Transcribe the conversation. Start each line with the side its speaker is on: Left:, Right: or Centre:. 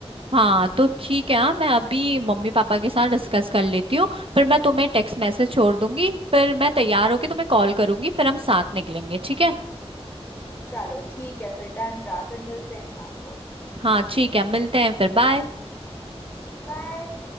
Right: हाँ तो ठीक है हाँ मैं अभी मम्मी पापा के साथ डिस्कस कर लेती हूँ फिर मैं तुम्हें टेक्स्ट मैसेज छोड़ दूंगी फिर मैं तैयार होके तुम्हें कॉल करूंगी फिर हम साथ निकलेंगे ठीक है
Left: चलो ठीक है फिर डन रहा फिर मिलते हैं शाम को
Right: हाँ ठीक है मिलते हैं फिर बाय
Left: बाय